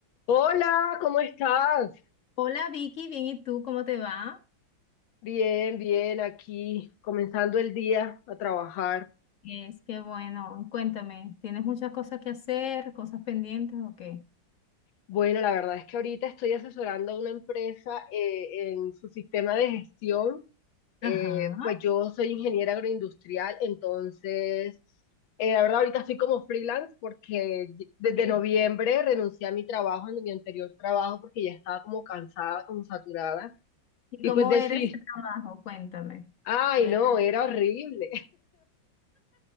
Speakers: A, on the left (about 85°); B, on the left (about 45°).
A: Hola, ¿cómo estás?
B: Hola Vicky, bien, ¿y tú cómo te va?
A: Bien, bien, aquí comenzando el día a trabajar.
B: Es que bueno, cuéntame, ¿tienes muchas cosas que hacer, cosas pendientes o qué?
A: Bueno, la verdad es que ahorita estoy asesorando a una empresa eh, en su sistema de gestión. Eh,
B: Ajá,
A: pues yo soy ingeniera agroindustrial, entonces, eh, la verdad ahorita estoy como freelance porque desde
B: ok.
A: noviembre renuncié a mi trabajo, en mi anterior trabajo, porque ya estaba como cansada, como saturada.
B: ¿Y
A: Y
B: cómo
A: pues decir,
B: era ese trabajo? Cuéntame.
A: ay,
B: Era-
A: no, era horrible.